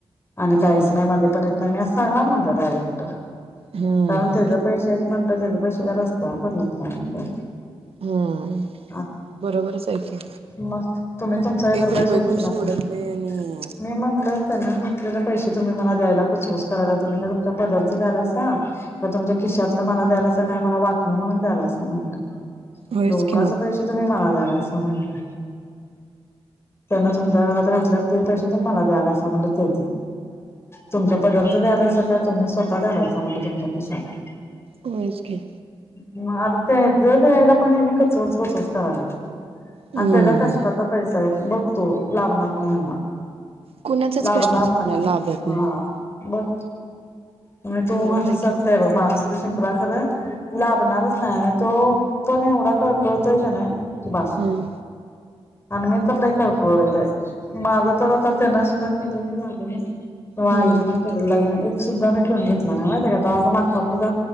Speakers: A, on the left; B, on the right.
A: आणि काहीच
B: हम्म
A: नाही मध्ये पण येत नाही मी अस सांगणार म्हणलं डायरेक्ट
B: हम्म
A: कारण त्याचे पैसे आहेत म्हणलं त्याचे पैसे का रस्त्यावर पडल्यात का म्हणड
B: हम्म
A: <inaudible>
B: बरोबरच हे की
A: मग तुम्ही तुमचा एक रुपया
B: रुपये
A: सोडू
B: कोण
A: शकत
B: सोडत
A: नाही
B: आणि
A: मी म्हणलं ते ना ज पैसे तुम्ही मला द्यायला कुसकूस करायला तुम्ही का तुमचा पदरच द्यायला सां तुमच्या खिशातला ला द्यायलासा मला वाटन नाही म्हणून द्यालायं म्हण
B: होयच
A: लोकच
B: की मग
A: पैश तुम्ही मला द्यायलासा म्हणलंय त्यांना तुमच्या घरात घातल्या ते पैसे प मला द्याला म्हण ते तुमच्या पद द्याय का तुम्ही स्वतः द्यायालासा म्हणले तुमच्या खिशात न
B: होय च की
A: मग आता ते जर यायला पण मी कूच कूच कूच कूच करायलात
B: हम्म
A: त्याचा कष्टाचा पैसा बघतो लाभणार नाही ह्याना
B: कुणाच्याच
A: लाभणार
B: कष्टाच कुणाला
A: नाही
B: लाभत नाही
A: हा बघ म्ह तो
B: बरोबर
A: म्हणत सत्य
B: की
A: आहे बघ माणस खरं लाभणारच नाही आणि तो पण एवढा कळकळतोय का नाही क बास
B: हम्म
A: आणि मी तरलई कळकळलं बाइ माझं तर आता त्यांना सुद्धा केलेलं दागिने नाही तवा
B: हम्म
A: आई न पण केलेले दागिने सुद्धा मी ठेवून घेतला नाही म त्या मागचा पुधचा